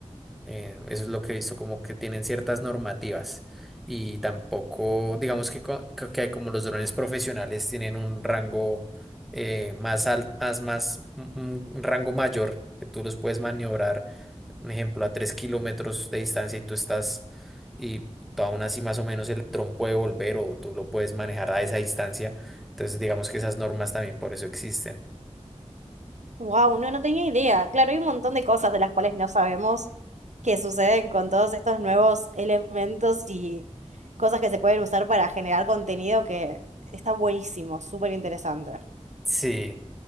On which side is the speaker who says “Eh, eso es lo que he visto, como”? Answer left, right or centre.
Centre